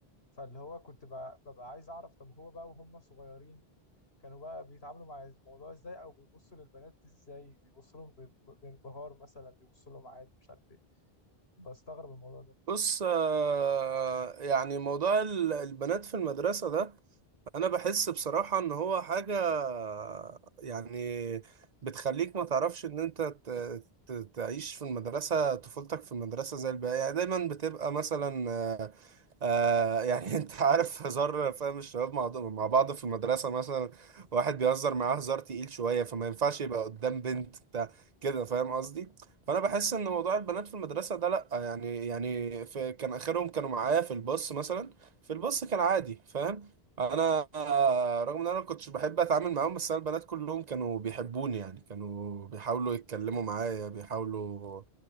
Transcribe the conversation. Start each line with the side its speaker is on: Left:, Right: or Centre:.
Left: فاللي هو كنت ببقى, ببقى عايز اعرف طب هو بقى وهم صغيرين كانوا بقى بيتعاملوا مع الموضوع ازاي او بيبصوا للبنات ازاي بيبصوا لهم ب- بانبهار مثلا بيبصوا لهم عادي مش عارف ايه بستغرب الموضوع ده
Right: بص آه، يعني موضوع ال- البنات في المدرسة ده انا بحس بصراحة ان هو حاجة يعني بتخليك ما تعرفش ان انت ت- ت- تعيش في المدرسة طفولتك في المدرسة زي الباقي يعني دايما بتبقى مثلا آه يعني <laughs> انت عارف هزار فاهم الشباب مع مع بعض في المدرسة مثلا واحد بيهزر معاه هزار تقيل شوية فما ينفعش يبقى قدام بنت بتاع كده فاهم قصدي فانا بحس ان موضوع البنات في المدرسة ده لا يعني يعني في كان اخرهم كانوا معايا في الباص مثلا في الباص كان عادي فاهم انا آه، رغم ان انا ما كنتش بحب اتعامل معاهم بس انا البنات كلهم كانوا بيحبوني يعني كانوا بيحاولوا يتكلموا معايا بيحاولوا